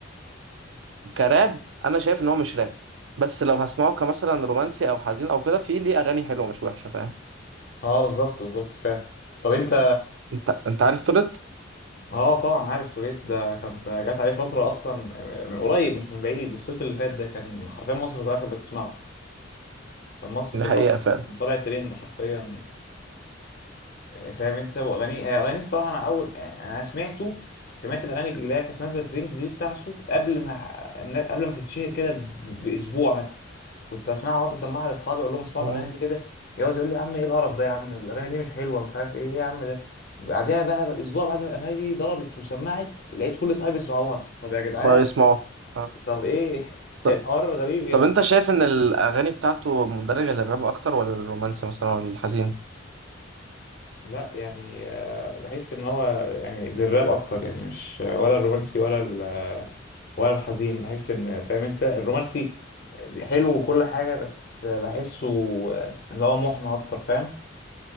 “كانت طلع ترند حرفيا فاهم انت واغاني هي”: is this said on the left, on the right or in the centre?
Left